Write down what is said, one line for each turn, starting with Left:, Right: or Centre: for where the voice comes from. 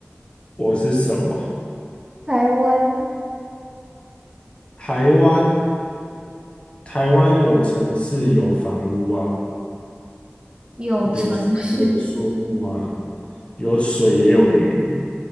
Left: 我是什么？
Right: 台湾
Left: 台湾，台湾有城市，有房屋啊，
Right: 有城市，
Left: 有山，有树木啊，有水也有鱼，